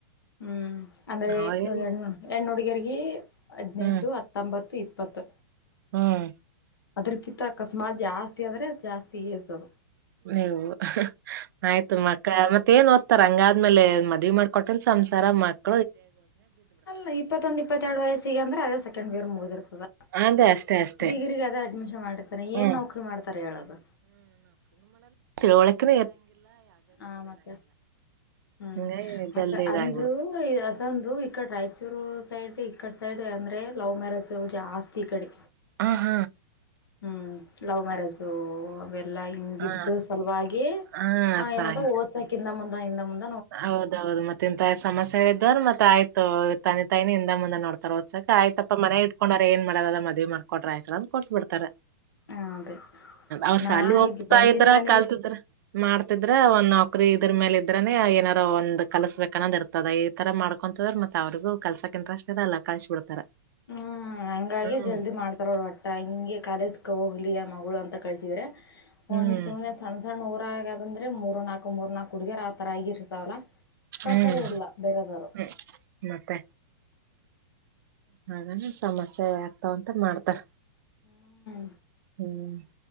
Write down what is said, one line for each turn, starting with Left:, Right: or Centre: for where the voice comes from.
Left: ಹ್ಮ್. ಅಂದ್ರ
Right: ಅವಾಗೆಲ್ಲಿ
Left: ಎಣ್ಣೋಡಿ ಈಗರಿಗೆ ಹದಿನೆಂಟು
Right: ಹ್ಮ್
Left: ಹತ್ತೊಂಬತ್ತು ಇಪ್ಪ ಪತ್ತು.
Right: ಹ್ಮ್.
Left: ಅದ್ರಕಿಂತ ಅಕಸ್ಮಾತ್ ಜಾಸ್ತಿ ಆದ್ರೆ ಜಾಸ್ತಿ ಏಸದು
Right: ನೀವು ಆಯ್ತು ಮಕ್ಕಳ ಮತ್ತೆ ಏನ್ ಓದ್ತಾರ ಹಂಗಾದ್ಮೇಲೆ ಮದ ಮಾಡ್ಕೊಟ್ಟನ್ ಸಂಸಾರ ಮಾಡ
Left: ಅಲ್ಲ ಇಪ್ಪತ್ತೊಂದ್ ಇಪ್ಪತ್ತೆರಡು ವಯಸ್ಸಿಗೆ ಅಂದ್ರೆ ಅದೇ ಸೆಕಂಡ್ ಬೇರ್ ಮುಗ್ದಿರ್ತದ
Right: ಅದೇ ಅಷ್ಟೇ ಅಷ್ಟೇ
Left: ಡಿಗ್ರಿಗಾದ ಅಡ್ಮಿಷನ್ ಮಾಡಿರ್ತಾರೆ
Right: ಹ್ಮ್
Left: ಏನ್ ನೌಕರಿ ಮಾಡ್ತಾರೆ ಹೇಳದು
Right: ತಿಳ ಒಲಕಿ
Left: ಹ ಮತ್ತೆ ಹ್ಮ್
Right: ಹಿಂಗಾಗಿ
Left: ಹಾಗ
Right: ಜಲ್ದಿ ಇದಾಗ್ಬಿಡು
Left: ಅಂದು ಅದೊಂದು ಈ ಕಡೆ ರಾಯಚೂರು ಸೈಡ್ ಈ ಕಡೆ ಸೈಡ್ ಅಂದರೆ ಲವ್ ಮ್ಯಾರೇಜ್ ಜಾಸ್ತಿ ಈ ಕಡೆ
Right: ಹ ಹಾ.
Left: ಹ್ಮ್ ಲವ್ ಮ್ಯಾರೇಜ್ ಎಲ್ಲಾ ಹಿಂಗ
Right: ಹಾ
Left: ಇದ್ದ ಸಲುವಾಗಿ
Right: ಹಾ ಅದ್
Left: ಆ ಏನಾದ
Right: ಸಾಂಗ್
Left: ಓಸಕಿಂತ <unintelligible>
Right: ಹೌದೌದು ಮತ್ತೆ ಇಂತ ಸಮಸ್ಯೆಗಳ ಇದರ್ ಮತ್ತತ್ ಆಯ್ತು ತಿ ತಾಯನಿ ಹಿಂದ ಮುಂದೆ ನೋಡ್ತಾರೆ ಒದ್ಸಕ ಆಯ್ತಪ್ಪ ಮನೆ ಇಟ್ಕೊಂಡ್ರ ಏನ್ ಮಾಡದ ಮದ್ ಮಾಡಕೊಂಡ್ರ ಆಯ್ತ ಅಂತ ಕೊಟ್ಟಟ್ಬ ಬಿಡ್ತಾರ
Left: ಹ ಅದೇ
Right: ಅವ್ರ
Left: ನಾ
Right: ಸಾಲ ಹೋಗ್ತಾ
Left: ಇಲ್ಲಿ ಬಂದಿಂದಾನೇ
Right: ಇದ್ರ ಕಲ್ತಿದ್ರ ಮಾಡ್ತಿದ್ರ ಒನ್ ಇದ್ರ ಮೇಲೆ ಇದ್ರ ಏನಾರೋ ಒಂದ್ ಕಲ್ಸ್ಬೇಕ ಅನ್ನಂದ್ ಇರ್ತದ ಈ ತರ ಮಾಡ್ಕೊಂತದ್ರ ಮತ್ತತ್ ಅವ್ರಗ ಕಲ್ಸಕ್ಕೆ ಇಂಟ್ರೆಸ್ಟ್ ಇದೆ ಅಲ್ಲ ಕಳ್ಸಿ ಬಿಡ್ತಾರ
Left: ಹ್ಮ್ ಹಂಗಾಗೆ
Right: ಹ್ಮ್
Left: ಜಲ್ದಿ ಮಾಡ್ತಾರೋಳ ಒಟ್ಟ ಹಂಗೆ ಕಾಲೇಜ್ಗೆ ಹೋಗ್ಲಿ ಆ ಮಗಳು ಅಂತ. ಕಳಿಸಿದ್ರೆ
Right: ಹ್ಮ್
Left: ಒಂದ್ ಸುಮನೆ ಸಣ್ಣ ಸಣ್ಣ <unintelligible> ಮೂರು ನಾಕು ಮೂರು ನಾಕು <unintelligible> <unintelligible> ಆಗಿರ್ತಾವಲ್ಲ ಕಳ್ಸದೇ
Right: ಹ್ಮ್
Left: ಇಲ್ಲ ಬೇರೆದವರು
Right: ಹ್ಮ್ ಮತ್ತೆ ಹಾಗಾನ ಸಮಸ್ಯೆ ಆಗ್ತಾವ ಅಂತ ಮಾಡ್ತಾರ
Left: ಹ್ಮ್
Right: ಹ್ಮ್